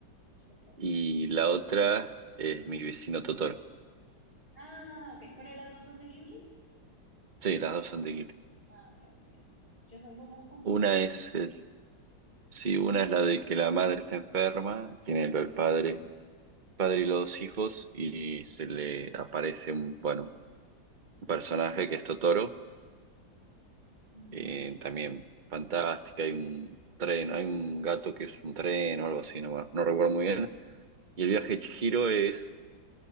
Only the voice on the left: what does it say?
espectacular.
Ah, ok, pero las dos son de Ghibli.
Ah, bien, bien, bien. Yo esas dos las confundo.
Ujú.